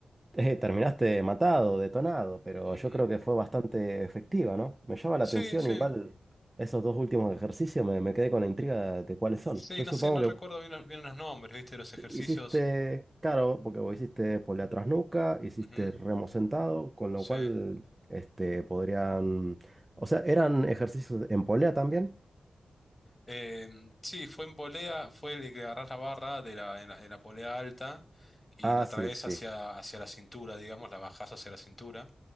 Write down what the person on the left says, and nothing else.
Ujú.
Sí,
sí,
sí,
no
sé, no
recuerdo bien, los bien los nombres, ¿viste? de Los ejercicios.
Ujú,
Sí.
Em, sí, fue en polea, fue el que agarrás la barra de la, en la, en la polea alta y
la
traes
hacia, hacia la cintura, digamos, la bajás hacia la cintura.